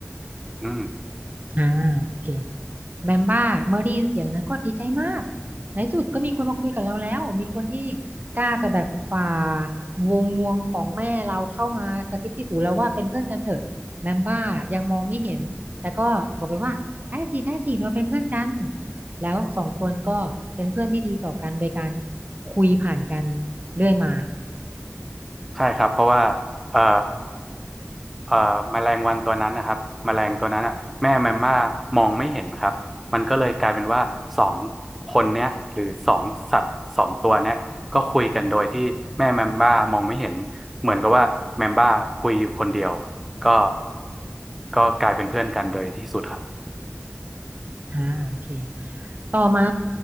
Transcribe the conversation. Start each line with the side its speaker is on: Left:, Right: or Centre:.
Centre: อืม
Right: อ่าโอเค แมมบ้าเมื่อได้ยินเสียงนั้นก็ดีใจมากในที่สุดก็มีคนมาคุยกับเราแล้วมีคนที่กล้าจะแบบฝ่าวงงวงของแม่เราเข้ามากระซิบที่หูเราว่าเป็นเพื่อนกันเถอะแมมบ้ายังมองไม่เห็นแต่ก็บอกไปว่าได้สิได้สิเราเป็นเพื่อนกันแล้วสองคนก็เป็นเพื่อนที่ดีต่อกันโดยการคุยผ่านกันเรื่อยมา
Centre: ใช่ครับเพราะว่าเอ่อ เอ่อแมลงวันตัวนั้นนะครับแมลงตัวนั้นอ่ะแม่แมมม่ามองไม่เห็นครับมันก็เลยกลายเป็นว่าสองคนเนี้ยหรือสองสัตว์สองตัวเนี้ยก็คุยกันโดยที่แม่แมมม่ามองไม่เห็นเหมือนกับว่าแมมม่าคุยอยู่คนเดียวก็ก็กลายเป็นเพื่อนกันโดยที่สุดครับ
Right: อ่าโอเค ต่อมา